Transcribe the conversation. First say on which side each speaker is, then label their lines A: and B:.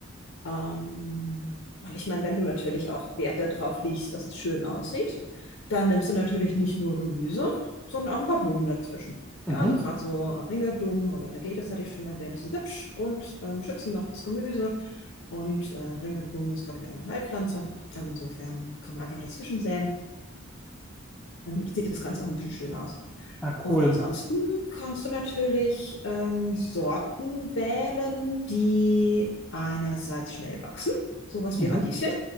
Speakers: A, on the left; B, in the centre.
A: Ähm, und ich meine, wenn du natürlich auch Wert darauf legst, dass es schön aussieht, dann nimmst du natürlich nicht nur Gemüse, sondern auch ein paar Blumen dazwischen.
B: Mhm.
A: Ja, also gerade so Ringelblumen oder Tagetes hatte ich schon erwähnt, die sind hübsch und ähm, schützen noch das Gemüse. Und äh, Ringelblume ist, glaube ich, auch eine Heilpflanze. Also insofern kann man einfach dazwischen säen. Dann sieht das Ganze auch so ein bisschen schön aus.
B: Ah, cool.
A: Und ansonsten kannst du natürlich ähm, Sorten wählen, die einerseits schnell wachsen, sowas
B: Mhm.
A: wie Radieschen.